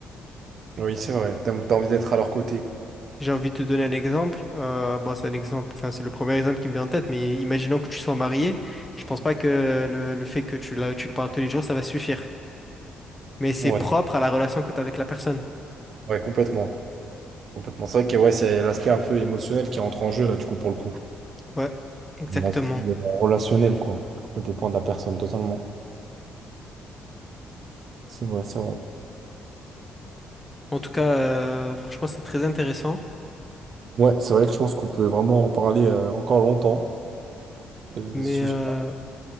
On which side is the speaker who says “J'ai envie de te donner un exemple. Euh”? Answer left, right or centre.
Left